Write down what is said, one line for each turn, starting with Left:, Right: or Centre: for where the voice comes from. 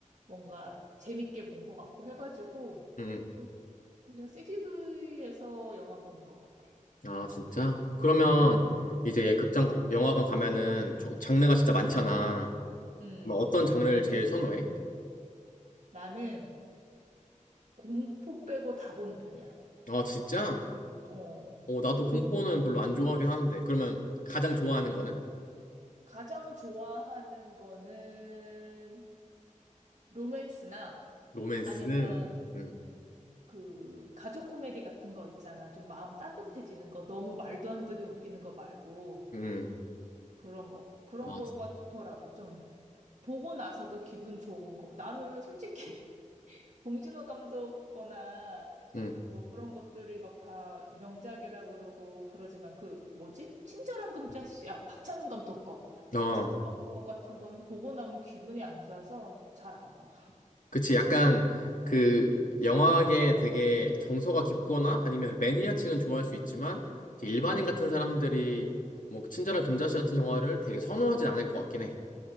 Right: 뭔가 재밌게 본 것 같고 해가지고
Left: 응.
Right: 좀 그냥 CGV에서 영화 보는 것 같아.
Left: 응. 아, 진짜? 그러면
Right: 음,
Left: 이제 극장, 영화관 가면은 저- 장르가 진짜 많잖아.
Right: 음.
Left: 뭐 어떤 장르를 제일 선호해?
Right: 나는 공포 빼고 다 보는 편이야.
Left: 아, 진짜?
Right: 어.
Left: 어, 나도
Right: 그
Left: 공포는 별로 안 좋아하긴 하는데. 그러면 가장 좋아하는 거는?
Right: 가장 좋아하는 거는 로맨스나
Left: 로맨스.
Right: 아니면
Left: 응.
Right: 그 가족 코미디 같은 거 있잖아. 좀 마음 따뜻해지는 거. 너무 말도 안 되게 웃기는 거 말고
Left: 응.
Right: 그런 거. 그런
Left: 아,
Right: 거가
Left: 진-
Right: 좋더라고. 좀 보고 나서도 기분 좋은 거. 나는 솔직히 <laughs> 봉준호 감독 거나
Left: 응.
Right: 뭐 그런 것들이 막 다 명작이라 그러고 그러지만 그 뭐지? 친절한 금자씨. 아, 박찬욱 감독 거. 박찬욱
Left: 어.
Right: 감독 거 같은 거는 보고 나면 기분이 안 좋아서 잘 안 봐.
Left: 그치, 약간 그
Right: 응.
Left: 영화계 되게 정서가 깊거나 아니면 매니아층은 좋아할 수 있지만 이제 일반인
Right: 응.
Left: 같은 사람들이 뭐 친절한 금자씨 같은 영화를 되게 선호하진 않을 것 같긴 해.